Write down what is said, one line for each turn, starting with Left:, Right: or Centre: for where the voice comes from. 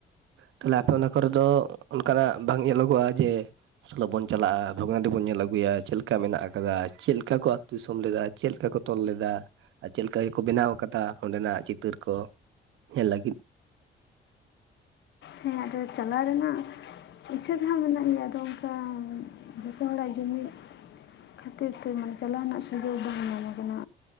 Right: ᱛᱟᱦᱞᱮ ᱟᱯᱮ ᱚᱱᱟ ᱠᱚᱨᱮ ᱫᱚ ᱚᱱᱠᱟᱱᱟᱜ ᱵᱟᱝ ᱧᱮᱞᱚᱜᱚᱜᱼᱟ ᱡᱮ ᱪᱚᱞᱳ ᱵᱚᱱ ᱪᱟᱞᱟᱜᱼᱟ ᱵᱷᱚᱜᱽᱱᱟᱰᱤ ᱵᱚᱱ ᱧᱮᱞ ᱟᱹᱜᱩᱭᱟ ᱪᱮᱫ ᱞᱮᱠᱟ ᱢᱮᱱᱟᱜ ᱟᱠᱟᱫᱟ ᱪᱮᱫᱠᱟ ᱠᱚ ᱟᱹᱛᱩ ᱫᱤᱥᱚᱢ ᱞᱮᱫᱟ ᱪᱮᱫᱠᱟ ᱠᱚ ᱛᱚᱞ ᱞᱮᱫᱟ ᱟᱨ ᱪᱮᱫ ᱞᱮᱠᱟᱠᱚ ᱵᱮᱱᱟᱣ ᱟᱠᱟᱫᱟᱚᱸᱰᱮᱱᱟᱜ ᱪᱤᱛᱟᱹᱨ ᱠᱚ ᱧᱮᱞ ᱞᱟᱹᱜᱤᱫ
Left: ᱦᱮᱸ ᱟᱫᱚ ᱪᱟᱞᱟᱣ ᱨᱮᱱᱟᱜ ᱤᱪᱪᱷᱟᱹ ᱫᱚ ᱦᱟᱸᱜ ᱢᱮᱱᱟᱜ ᱜᱮᱭᱟ ᱟᱫᱚ ᱚᱱᱠᱟ ᱡᱚᱛᱚ ᱦᱚᱲᱟᱜ ᱡᱩᱢᱤᱫ ᱠᱷᱟᱹᱛᱤᱨ ᱛᱮ ᱢᱟᱱᱮ ᱪᱟᱞᱟᱣ ᱨᱮᱱᱟᱜ ᱥᱩᱡᱳᱜᱽ ᱵᱟᱝ ᱧᱟᱢ ᱠᱟᱱᱟ᱾